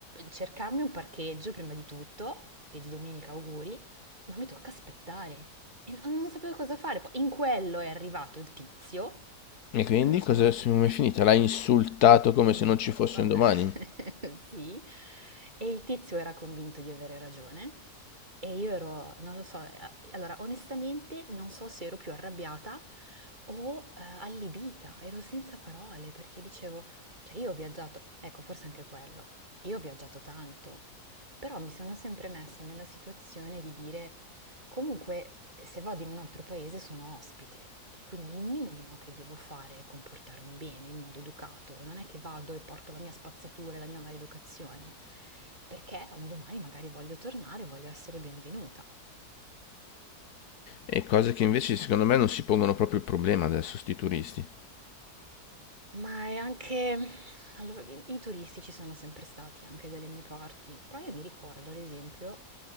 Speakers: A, on the right; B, on the left.
A: cercarmi un parcheggio prima di tutto, che di domenica auguri, ma mi tocca aspettare. E non, non sapevo cosa fare. Poi in quello è arrivato il tizio,
B: E quindi
A: e me lo sono,
B: cosa come
A: eh,
B: è finita? L'ha insultato come
A: Mhmm, uhm,
B: se non ci fosse
A: vabbè,
B: un domani?
A: <laughs> sì. E il tizio era convinto di avere ragione e io ero, non lo so, a allora onestamente non so se ero più arrabbiata o, uhm, allibita, ero senza parole perché dicevo cioè io ho viaggiato ecco forse anche quello, io ho viaggiato tanto, però mi sono sempre messa nella situazione di dire Comunque, se vado in un altro paese sono ospite e quindi il minimo che devo fare è comportarmi bene, in modo educato. Non è che vado e porto la mia spazzatura e la mia maleducazione, perché un domani magari voglio tornare, voglio essere benvenuta.
B: E cose che invece secondo me non si pongono proprio il problema adesso, sti turisti.
A: Ma è anche... Allora, i i turisti ci sono sempre stati anche dalle mie parti, però io mi ricordo, ad esempio,